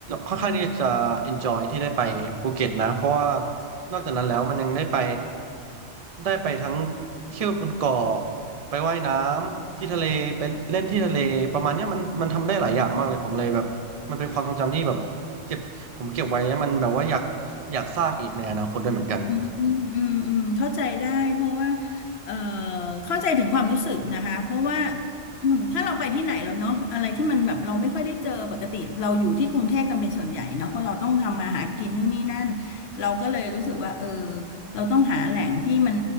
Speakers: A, on the right; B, on the left.
A: ค่อนข้างที่จะ enjoy ที่ได้ไปภูเก็ตนะเพราะว่านอกจากนั้นแล้วมันยังได้ไปได้ไปทั้งเที่ยวบนเกาะ ไปว่ายน้ำที่ทะเลไปเล่นที่ทะเลประมาณเนี้ยมันมันทำได้หลายอย่างมากเลยผมเลยแบบมันเป็นความทรงจำที่แบบเก็บผมเก็บไว้แล้วมันแบบว่าอยากอยากสร้างอีกในอนาคตด้วยเหมือนกัน
B: อืมอืมอืมอืมเข้าใจได้เพราะว่าเอ่อเข้าใจถึงความรู้สึกนะคะเพราะว่าอืมถ้าเราไปที่ไหนแล้วเนาะอะไรที่มันแบบเราไม่ค่อยได้เจอปกติเราอยู่ที่กรุงเทพกันเป็นส่วนใหญ่เนาะเพราะเราต้องทำมาหากินนู่นนี่นั่นเราก็เลยรู้สึกว่าเออเราต้องหาแหล่งที่มัน